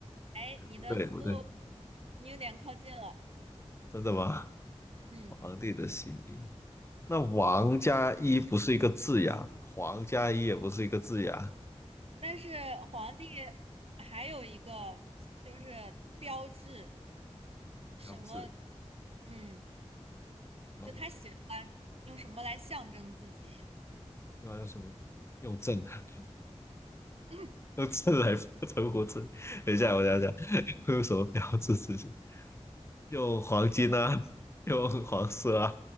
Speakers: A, on the right; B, on the left.
A: 哎，你的思路
B: 不对不对，
A: 你有点靠近了，
B: 真的吗？
A: 嗯，
B: 皇帝的新衣，那王加一不是一个字呀，皇加一也不是一个字呀，
A: 但是皇帝还有一个就是标志什么，
B: 标志。
A: 嗯。
B: 标志。
A: 就他喜欢用什么来象征自己。
B: 用还有什么用正啊？
A: 嗯
B: <laughs> 用正来存活证？等一下，我想想，<laughs> 会有什么标志事情？用黄金啊，用黄色啊，